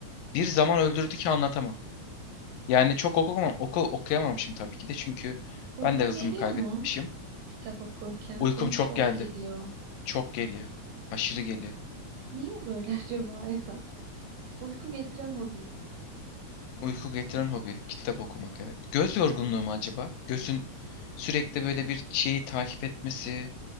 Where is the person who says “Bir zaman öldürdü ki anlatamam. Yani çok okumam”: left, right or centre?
Left